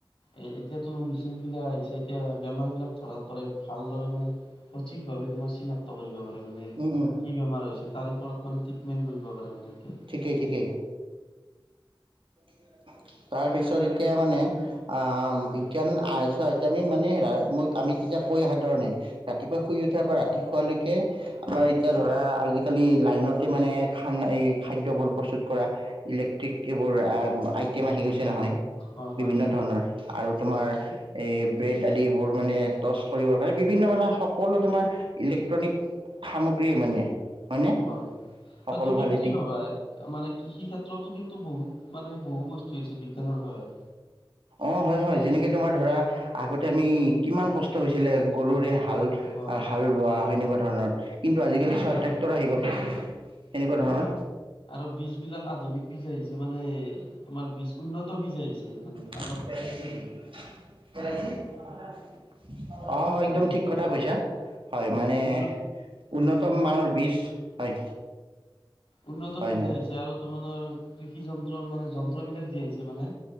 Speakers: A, on the left; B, on the right.
A: এ এতিয়াতো মিচিংবিলাক আহিছে এতিয়া বেমাৰবিলাক ধৰাত পৰে ভালদৰে মানে, সঠিক ভাবে তোমাৰ চিনাক্ত কৰিব পাৰে মানে,
B: উম উম
A: কি বেমাৰ হৈছে তাৰ ওপৰত মানে ট্ৰিটমেণ্ট কৰিব পাৰে মানে। এতিয়া
B: ঠিকেই ঠিকেই <inaudible> তাৰ পিছত এতিয়া মানে, অ বিজ্ঞান <unintelligible> আমি মানে ম আমি তেতিয়া কৈ অহা ধৰণে ৰাতি পোৱা শুই উথা পৰা ৰাতি শুৱাৰ লৈকে আমাৰ এতিয়া ধৰা আজিকালিৰ লাইন নতে মানে খান এই খাদ্যবোৰ প্ৰস্তুত কৰা ইলেক্ট্ৰিক এইবোৰ আইটেম আহি গৈছে নহয়,
A: হয় হয়
B: বিভিন্ন
A: হয়
B: ধৰণৰ আৰু তোমাৰ
A: হয় হয়
B: এই ব্ৰেড ইত্যাদিবোৰ মানে টৰ্চ কৰিবৰ কাৰণে বিভিন্ন মানে সকলো তোমাৰ ইলেক্ট্ৰনিক সামগ্ৰীয়ে মানে। হয়নে
A: হয় হয়
B: সকলো
A: আৰু তুমি
B: ফালেদি
A: কি ভাবা মানে কৃষি ক্ষেত্ৰতো কিন্তু বহুত মানে বহু বস্তু আহিছে বিজ্ঞানৰ সহায়ত।
B: অ হয় হয় যেনেকে তোমাৰ ধৰা আগতে আমি কিমান কষ্ট হৈছিলে গৰুৰে হা হাল
A: হয় হয়
B: হাল বোৱা সেনেকুৱা ধৰণৰ কিন্তু আজিকালি
A: হয়
B: চোৱা ট্ৰেক্টৰ আহি গ'ল এনেকুৱা
A: হয়
B: ধৰণৰ।
A: আৰু বীজ বিলাক আধুনিক বীজ আহিছে মানে তোমাৰ বীজ উন্নত বীজ আহিছে মানে।
B: <unintelligible>
A: আগত থাকি
B: অ একদম
A: হেল্ল'
B: ঠিক কথা কৈছা হয় মানে
A: উন্ন
B: উন্নত মানৰ বীজ হয়।
A: উন্নত
B: হয়
A: বীজ
B: হয়
A: আহিছে আৰু তাৰমানে কৃষি যন্ত্ৰ মানে যন্ত্ৰ বিলাক দি আহিছে মানে